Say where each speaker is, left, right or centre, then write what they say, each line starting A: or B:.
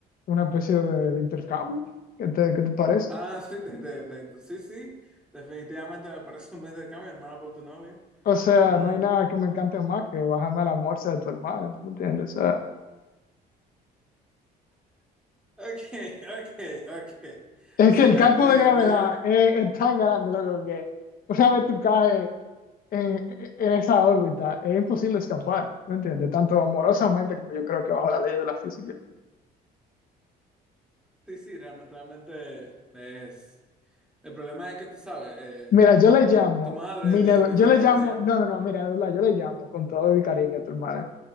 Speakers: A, on the left; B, in the centre.
A: una especie de, de intercambio. ¿Qué te, qué te parece?
B: Ah, sí, te- te- te- sí, sí. Definitivamente me parece un buen intercambio, hermana por tu novia.
A: O sea,
B: Mm,
A: no hay nada que me encante más que bajarme a la morsa de tu hermana, ¿tú me entiendes? O sea,
B: ok, <laughs> ok, ok.
A: es
B: Sí,
A: que el
B: no,
A: campo
B: muy,
A: de gravedad
B: muy divertido.
A: es, es tan grande, loco, que una vez tú caes en, en esa órbita. Es imposible escapar, ¿me entiendes? Tanto amorosamente como yo creo que bajo la ley de la física.
B: Sí, sí, real- realmente es... El problema es que tú sabes, eh,
A: Mira, yo le llamo,
B: tu, tu madre,
A: mi
B: de-
A: neve-
B: en diferencia...
A: yo le llamo, no, no, no, mira, de verdad, yo le llamo con todo mi cariño a tu hermana,